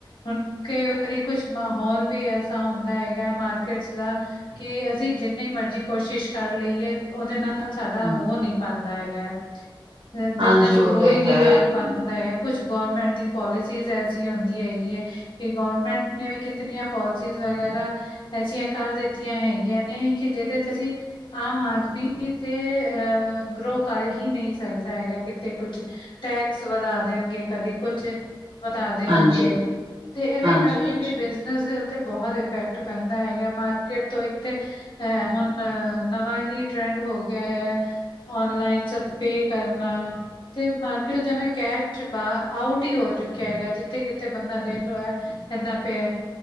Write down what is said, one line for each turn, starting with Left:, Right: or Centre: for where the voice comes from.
Left: ਹੁਣ ਕਈ ਵਾਰੀ ਕੁਛ ਮਾਹੌਲ ਵੀ ਐਸਾ ਹੁੰਦਾ ਹੈਗਾ ਮਾਰਕਿਟਸ ਦਾ ਕਿ ਅਸੀ ਜਿੰਨੀ ਮਰਜੀ ਕੋਸ਼ਿਸ਼ ਕਰ ਲਈਏ ੳਦੇ ਨਾਲ ਪਰ ਸਾਡਾ
Right: ਹੂੰ,
Left: ਹੋ ਨਹੀ ਪਾਂਦਾ ਹੈਗਾ ਹੈ। ਬਿਜਨਸ
Right: ਹਾਂਜੀ ਉਹ
Left: ਗੋ੍
Right: ਤੇ
Left: ਈ ਨੀ
Right: ਹੈ,
Left: ਕਰ
Right: ਹਾਂਜੀ,
Left: ਪਾ ਹੁੰਦਾ ਹੈ। ਕੁਛ ਗੌਰਰਮੈਂਟ ਦੀ ਪੋਲਿਸੀਜ਼ ਐਸੀ ਹੁੰਦੀ ਹੈਗੀ ਏ। ਕਿ ਗੋਰਮੈਂਟ ਨੇ ਵੀ ਕਿਤਨੀਆਂ ਪੋਲਿਸੀਜ਼ ਵਗੈਰਾ ਐਸੀਆਂ ਕਰ ਦਿੱਤੀਆਂ ਹੈਗੀਆਂ ਨੇ ਕਿ ਜਿਦੇ ਚ ਅਸੀ ਆਮ ਆਦਮੀ ਤੇ ਅਹ ਗਰੋ ਕਰ ਹੀ ਨਹੀ ਸਕਦਾ ਹੈਗਾ ਕੇ ਤੇ ਕੁਛ ਟੈਕਸ ਵਧਾ ਦੇਣਗੇ ਕਦੀ ਕੁਛ ਵਧਾ ਦੇਣਗੇ
Right: ਹਾਂਜੀ,
Left: ਤੇ ਏਹਦੇ ਕਰਕੇ
Right: ਹਾਂਜੀ,
Left: ਵੀ ਬਿਜ ਨਸ ਦੇ ਉੱਤੇ ਬਹੁਤ ਇਫੈਕਟ ਪੈਂਦਾ ਹੈਗਾ ਮਾਰਕਿਟ ਤੋ ਇੱਕ ਤੇ ਐ ਹੁਣ ਨਵਾਂ ਹੀ ਟਰੈਂਡ ਹੋ ਗਿਆ ਹੈ ਔਨਲਾਈਨ ਸਬ ਪੇ ਕਰਨਾ ਤੇ ਮਾਰਕੀਟ ਜਵੇਂ ਕੈਸ਼ 'ਚ ਬਾ, ਆਊਟ ਈ ਹੋ ਚੁੱਕਿਆ ਹੈਗਾ। ਜਿੱਥੇ-ਕਿਥੇ ਬੰਦਾ ਦੇਖ ਲੋ ਐ। ਇਹਦਾ ਪ